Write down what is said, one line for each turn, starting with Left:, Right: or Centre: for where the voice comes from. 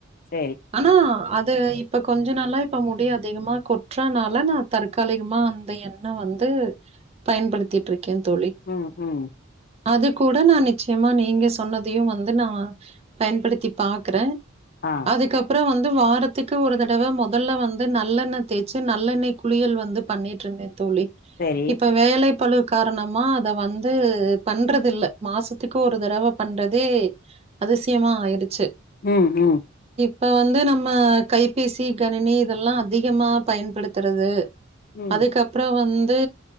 Left: சேரி
Right: ஆனா அத இப்ப கொஞ்ச நாளா இப்ப முடி அதிகமா கொட் ற்றனால நா தற்காலிகமா அந்த எண்ணெ வந்து பயன்படுத்திட்டு இருக் கே தோழி
Left: ம் ம்
Right: அது கூட நா நிச்சயமா நீங்க சொன்னதையு வந்து நா பயன்படுத்தி பாக் கறே
Left: ஆ
Right: அதுக்கப்புற வந் வாரத்துக்கு ஒரு தடவ மொதல்ல வந்து நல்லெண்ண தேச்சு நல்லெண்ணெ குளியல் வந்து பண்ணிட்டு இருந்தே தோழி
Left: சேரி
Right: இப்ப வேலை பழு காரணமா அத வந்து பண்றது இல்ல மாசத்துக்கு ஒரு தடவ பண்றதே அதிசயமா ஆயிடுச்சு
Left: ம் ம்
Right: இப்ப வந்து நம்ம கைபேசி கணினி இதெல்லா அதிகமாப் பயன்படுத்துறது
Left: ம்
Right: அதுக்கப்புற வந் து வந்து